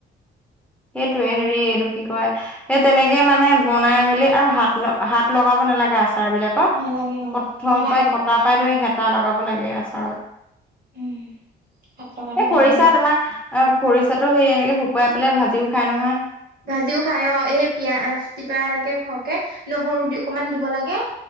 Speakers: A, in the centre; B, on the right.
A: সেইটোয়ে হেৰি এইটো কি কয় সেই তেনেকে মানে বনাই মেলি আৰু হাত ন হাত লগাব নালাগে আচাৰ বিলাকত
B: নালাগে অ
A: প্ৰথম
B: নালাগে
A: পাই
B: নালাগে
A: কটা পাই ধৰি হেতা লগাব লাগে আচাৰত।
B: উম হাত লগালে
A: এই খৰিচা
B: বেয়া হৈ যায়
A: তোমাৰ অ' খৰিচাটো সেই এনেকে শু শুকুৱাই পেলাই ভাজিও খাই নহয়।
B: ভাজিও খাই অ' এই পিয়াজ দিবা এনেকে সৰহকে নহৰু দি অকমান দিব লাগে।